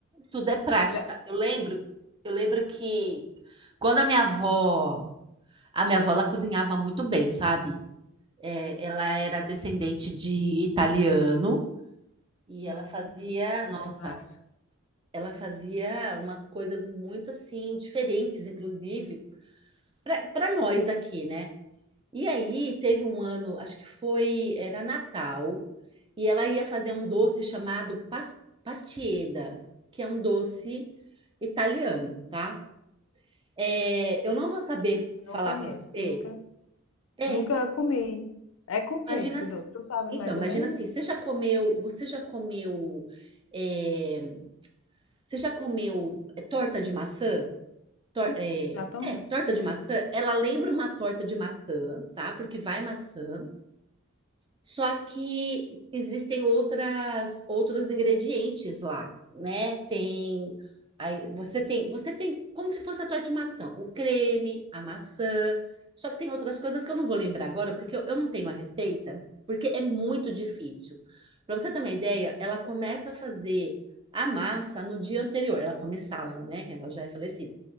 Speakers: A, on the right; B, on the left.
A: tudo é prática.
B: Já-
A: Eu lembro, eu lembro que quando a minha avó, a minha avó ela cozinhava muito bem, sabe? É, ela era descendente de italiano e
B: Hum,
A: ela fazia,
B: mas
A: nossa,
B: é massa.
A: ela fazia umas coisas muito assim diferentes, inclusive para nós aqui, né? E aí teve um ano, acho que foi, era Natal, e ela ia fazer um doce chamado pas- pastieda, que é um doce italiano, tá? É, eu não vou saber falar
B: Não conheço,
A: para você.
B: nunca,
A: É,
B: nunca
A: então,
B: comi. É com o que
A: imagina,
B: esse
A: se-
B: doce? Tu sabe
A: então,
B: mais
A: imagina
B: ou menos?
A: assim, você já comeu, você já comeu, é, você já comeu é, torta de maçã? Tor-
B: Sim,
A: é,
B: exatamente.
A: é, torta
B: Comi.
A: de maçã, ela lembra uma torta de maçã, tá? Porque vai maçã. Só que existem outras outros ingredientes lá, né? Tem aí você tem, você tem como se fosse a tua de maçã, o creme, a maçã. Só que tem outras coisas que eu não vou lembrar agora, porque eu, eu não tenho a receita, porque é muito difícil. Para você ter uma ideia, ela começa a fazer a massa no dia anterior. Ela começava, né? Que ela já é falecida.